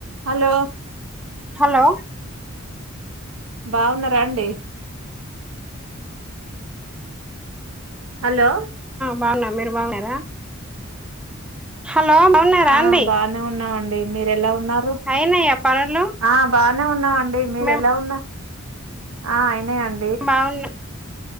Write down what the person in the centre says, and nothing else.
hello
బాగున మీరు బావున్నారా హలో బావున్నారా
అండి
అయినయ్యా పనులు
మేము
బావ్వున